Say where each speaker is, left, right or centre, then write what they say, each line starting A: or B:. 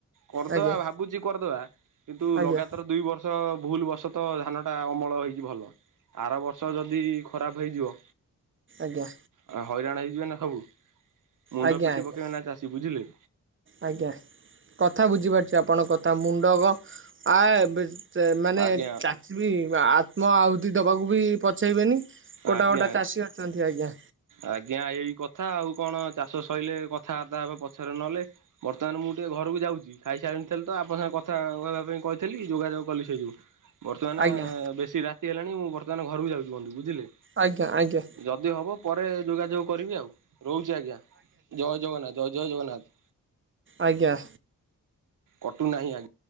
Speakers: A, on the right (about 70°); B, on the right (about 40°).
A: କରଦବା
B: ଆଜ୍ଞା
A: ଭାବୁଚି କରଦବା କିନ୍ତୁ
B: ଆଜ୍ଞା
A: ଲଗାତର ଦୁଇ ବର୍ଷ ଭୁଲ ବସତ ଧାନଟା ଅମଳ ହେଇଚି ଭଲ। ଆର ବର୍ଷ ଯଦି ଖରାପ ହେଇଯିବ
B: ଆଜ୍ଞା।
A: ଓ ହଇରାଣ ହେଇଯିବେ ନା ସବୁ ମୁଣ୍ଡ
B: ଆଜ୍ଞା
A: ପିଟି
B: ଆଜ୍ଞା
A: ପକେଇବେ ନା ଚାଷୀ। ବୁଝିଲେ?
B: ଆଜ୍ଞା, କଥା ବୁଝିପାରୁଛି ଆପଣଙ୍କ କଥା ମୁଣ୍ଡଗ ଆ, ଏବେ ସେ ମାନେ
A: ଆଜ୍ଞା
B: ଚାଷୀ ବି ଆ, ଆତ୍ମ ଆହୁତି ଦବାକୁ ବି ପଛେଇବେନି ଗୋଟା
A: ଆଜ୍ଞା
B: ଗୋଟା
A: ଆଜ୍ଞା।
B: ଚାଷୀ ଅଛନ୍ତି ଆଜ୍ଞା।
A: ଆଜ୍ଞା ଏଇ କଥା ଆଉ କଣ ଚାଷ ସଇଲେ କଥାବାର୍ତ୍ତା ହେବେ ପଛରେ ନହଲେ। ବର୍ତ୍ତମାନ ମୁଁ ଟିକେ ଘରକୁ ଯାଉଚି, ଖାଇସାରିନଥିଲି ତ ଆପଣଙ୍କ ସାଙ୍ଗେ କଥା କହିବା ପାଇଁ କହିଥିଲି ଯୋଗାଯୋଗ କଲି ସେଇ ଯୋଗୁ। ବର୍ତ୍ତମାନ
B: ଆଜ୍ଞା
A: ବେଶୀ ରାତି ହେଲାଣି ମୁଁ ବର୍ତ୍ତମାନ ଘରକୁ ଯାଉଚି ବନ୍ଧୁ ବୁଝିଲେ।
B: ଆଜ୍ଞା, ଆଜ୍ଞା।
A: ଯଦି ହବ ପରେ ଯୋଗାଯୋଗ କରିବି ଆଉ, ରହୁଛି ଆଜ୍ଞା ଜୟ ଜଗନ୍ନାଥ ଜୟ ଜୟ ଜଗନ୍ନାଥ।
B: ଆଜ୍ଞା।
A: କଟୁ ନାହିଁ ଆଜି